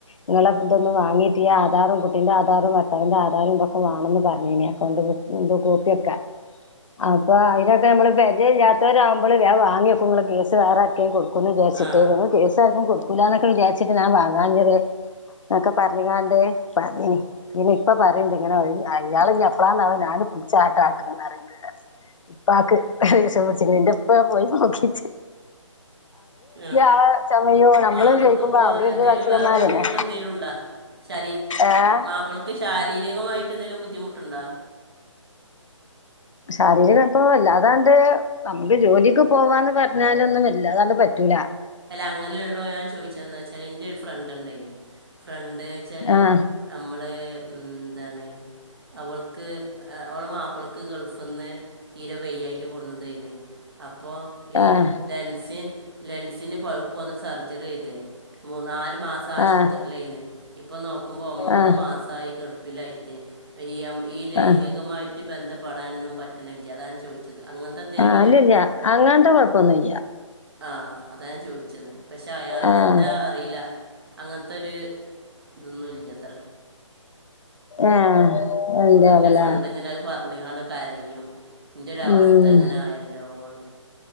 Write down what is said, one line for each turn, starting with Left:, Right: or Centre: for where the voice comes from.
Left: നിങ്ങളെ ഇതൊന്ന് വാങ്ങീട്ടില്ല ആധാറും കുട്ടിന്റെ ആധാറും ഭർത്തവിന്റെ ആധാറും ഇതൊക്കെ വാണന്ന് പറഞ്ഞിനി അക്കൗണ്ടില് എന്തോ കോപ്പിയൊക്കെ അപ്പൊ അതിനൊക്കെ നമ്മള് പരിചയം ഇല്ലാത്തോരാവുമ്പോൾ വേഗം വാങ്ങിക് കേസ് വേറെ ആർക്കേ കൊടുക്കും എന്ന് വിചാരിച്ചിട്ട്
Right: ആ
Left: ഞങ്ങൾ കേസ് ആർക്കും കൊടു ക്കൂലന്നൊക്കെ വിചാരിച്ചിട്ട് ഞാൻ വാങ്ങാഞ്ഞത് എന്നൊക്കെ പറഞ്ഞ്കാണ്ട് പറഞ്ഞിനി. ഇനി ഇപ്പൊ പറയ്ണ്ട് ഇങ്ങനെ ഒഴി അയാളിഞ്ഞ് എപ്പളാണാവോ ഞാന് പിടിച്ചാട്ടാ ആട്ടന്ന് പറിയിണ്ട്. ഇപ്പാക്ക് ദേശ്യം പുടിച്ച്ക്ക്ണ് എന്റെപ്പ പോയി നോക്കി.
Right: ആഹ്
Left: ആളെ ചമയോ നമ്മള്
Right: മാപ്പൾക്കിപ്പോ
Left: ചോദിക്കുമ്പോ അവര് വല്യ
Right: എന്തേലും
Left: വക്കീലന്മാരല്ലേ
Right: വേറെ ബുദ്ധിമുട്ട് എന്തെലും ഉണ്ടോ? ശരിര്
Left: ഏഹ്
Right: മാപ്പിളക്ക് ശാരീരികമായിട്ട് എന്തെങ്കിലും ബുദ്ധിമുട്ടുണ്ടോ?
Left: ശാരീരികൽപ്പൊ വല്ലാതാണ്ട് നമുക്ക് ജോലിക്ക് പോവാന്ന് പറഞ്ഞാലൊന്നും വല്ലാതാണ്ട് പറ്റൂല.
Right: അല്ല അങ്ങനെ ഇള്ളോലാ ഞാൻ ചോദിച്ചന്താ വച്ചാല് എന്റെ ഒരു ഫ്രണ്ട് ഇണ്ടയ് ഫ്രണ്ട് വെച്ചാല്
Left: ആഹ്
Right: അമ്മള് ഉം എന്താണ്. അവൾക്ക് ഓളെ മാപ്പിളക്ക് ഗൾഫിന്ന് തീരെ വയ്യായിട്ട് കൊടന്നതെയിന്ന്. അപ്പോ. ഈ
Left: ആഹ്
Right: ലെൻസി ലെൻസിന് പഴുപ്പ് വന്നിട്ട് സർജറി ചെയ്ത് മൂന്നാലു മാസ് ആശുപത്രിയിലെന്ന്
Left: ആഹ്
Right: ഇപ്പോ നോക്കുമ്പോ ഒമ്പത്
Left: ആഹ്
Right: മാസായി കെടപ്പിലായിട്ട്. ഈ ഈ ലൈംഗികമായിട്ട്
Left: ആഹ്
Right: ബന്ധപ്പെടാനൊന്നും പറ്റണില്ല അതാണ് ഞാൻ ചോദിച്ചത് അങ്ങനത്തെ എന്തെങ്കിലും
Left: ആഹ് അല്ലല്ല അങ്ങനത്തെ കൊഴപ്പൊന്നുല്യ.
Right: ആഹ് അതാ ഞാൻ ചോദിച്ചത്, പക്ഷേ അയാൾ
Left: ആഹ്
Right: എന്താ അ അറിയില്ല അങ്ങനത്തൊരു ഇതൊന്നും ഇല്ലത്ര
Left: ആഹ് എന്താവല
Right: ഇന്നലെ എന്റെ ഫ്രണ്ട് ഇങ്ങനെ അത് പറഞ്ഞ്കാണ്ട് കരയും ഉന്റൊരു അവസ്ഥ
Left: ഉം
Right: ഇങ്ങനെ ആയല്ലോന്ന്